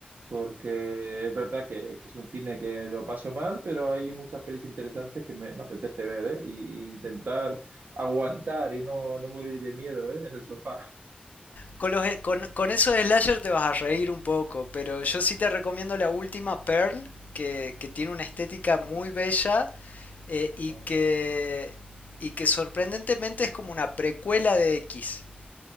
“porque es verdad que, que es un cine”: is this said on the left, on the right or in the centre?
Right